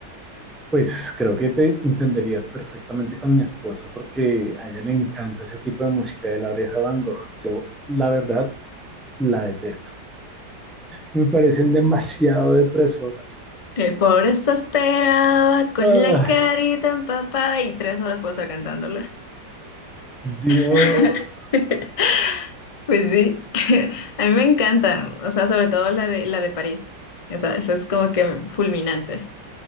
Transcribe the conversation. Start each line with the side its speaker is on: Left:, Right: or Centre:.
Centre: pues creo que te entenderías perfectamente con mi esposa, porque a ella le encanta ese tipo de música de la oreja de Van Gogh. Yo, la verdad, la detesto. Me parecen demasiado depresoras.
Left: Eh, por eso esperaba con
Centre: Ay,
Left: la carita empapada y tres horas puedo estar cantándola.
Centre: Dios.
Left: <laughs> Pues sí, <laughs> a mí me encanta, o sea, sobre todo la de, la de París, esa, esa es como que fulminante.